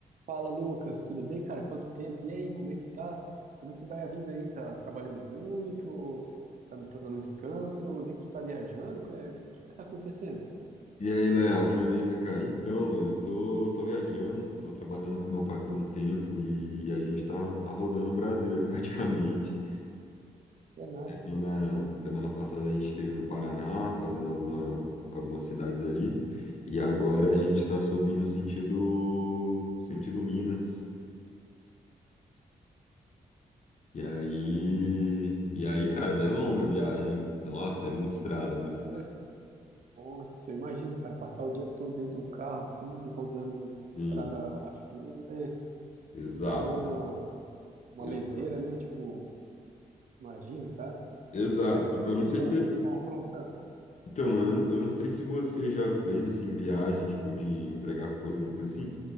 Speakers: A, on the right (about 55°); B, on the left (about 50°).
A: Fala, Lucas, tudo bem, cara? Quanto tempo? E aí, como é que tá? Como que vai a vida aí? Tá trabalhando muito? Ou tá, tá dando um descanso? Eu vi que tu tá viajando. O é, que tá acontecendo?
B: E aí, Léo, firmeza, cara? Então, mano, eu tô, tô viajando, tô trabalhando com meu pai por um tempo e, e a gente tá, tá rodando o Brasil aí <laughs> praticamente.
A: É nada.
B: Na semana passada a gente esteve no Paraná, fazendo alguma, algumas cidades ali, e agora a gente tá subindo sentido, sentido Minas. E aí, e aí, cara, véio, é longa a viagem. hein? Nossa, é muita estrada, muita
A: Certo.
B: estrada.
A: Nossa, eu imagino, cara, passar o dia todo dentro de um carro, assim, rodando
B: Sim,
A: estrada a fundo, né?
B: exato,
A: Dá uma, uma
B: exato.
A: leseira, né? Tipo, imagina, cara.
B: Exato.
A: Mas o
B: Tipo,
A: que que
B: eu
A: vocês
B: não sei
A: estão
B: se,
A: estão aprontando?
B: Então, mano, eu não eu não sei se você já fez, assim, viagem, tipo, de entregar coisa, alguma coisa assim,